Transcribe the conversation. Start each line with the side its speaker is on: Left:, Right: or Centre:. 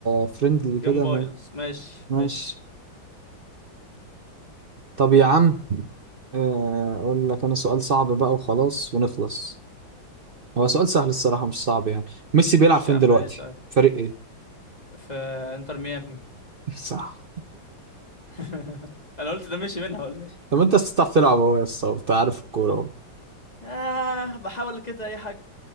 Right: فريندلي كده
Left: جيم بايظ
Right: أنا
Left: ماشي
Right: ماشي
Left: ماشي
Right: طب يا عم آه، اقول لك انا سؤال صعب بقى وخلاص ونخلص هو سؤال سهل الصراحة مش صعب يعني ميسي بيلعب
Left: مش
Right: فين
Left: يا عم
Right: دلوقتي
Left: اي سؤال
Right: فريق ايه
Left: في انتر ميامي
Right: <laughs> صح
Left: <laughs> انا قلت ده مشي منها ولا ايه
Right: طب انت تستطيع تلعب اهو يا اسطى انت عارف الكورة اهو
Left: آه بحاول كده اي حاجه